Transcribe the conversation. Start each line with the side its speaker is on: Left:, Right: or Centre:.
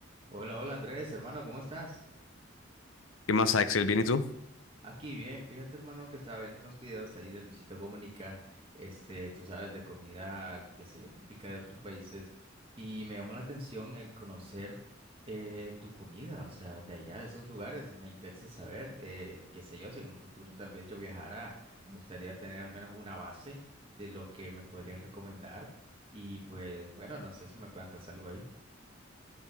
Right: Hola, hola Andrés, hermano, ¿cómo estás?
Left: ¿Qué más, Axel? ¿Bien y tú?
Right: Aquí bien, fíjate hermano que estaba viendo unos videos ahí de Luisito Comunica, este, tú sabes, de comida, qué sé yo, típica de otros países, y me llamó la atención el conocer eh, tu comida, o sea, de allá, de esos lugares, me interesa saber, eh, qué sé yo, si en un futuro tal vez yo viajara, me gustaría tener al menos una base de lo que me podrías recomendar, y pues bueno, no sé si me cuentas algo ahí.